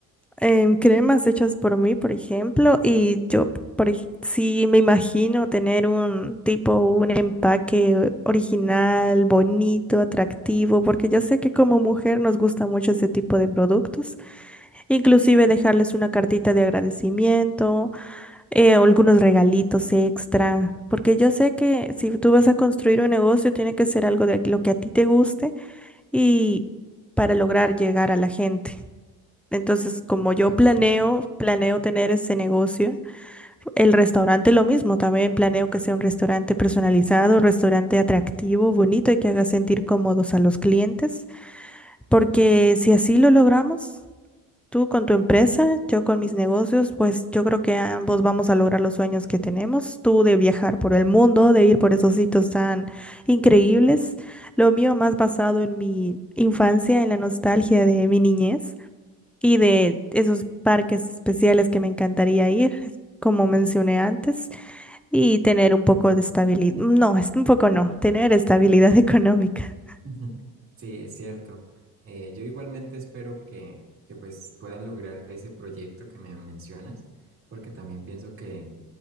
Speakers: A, in the centre; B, on the right.
A: em, cremas hechas por mí, por ejemplo, y yo, por ej- sí me imagino tener un tipo, un empaque original, bonito, atractivo, porque yo sé que como mujer nos gusta mucho ese tipo de productos, inclusive dejarles una cartita de agradecimiento, eh, o algunos regalitos extra. Porque yo sé que si tú vas a construir un negocio, tiene que ser algo de lo que a ti te guste y para lograr llegar a la gente. Entonces, como
B: Exacto.
A: yo planeo, planeo tener ese negocio, el restaurante lo mismo, también planeo que sea un restaurante personalizado, un restaurante atractivo, bonito y que haga sentir cómodos a los clientes, porque si así lo logramos, tú con tu empresa, yo con mis negocios, pues yo creo que ambos vamos a lograr los sueños que tenemos, tú de viajar por el mundo, de ir por esos sitios tan increíbles, lo mío más basado en mi infancia, en la nostalgia de mi niñez y de esos parques especiales que me encantaría ir, como mencioné antes, y tener un poco de estabilidad. No, es un poco no, tener estabilidad <laughs> económica.
B: Ujú. Sí, es cierto. Eh, yo igualmente espero que, que pues puedas lograr ese proyecto que me mencionas, porque también pienso que,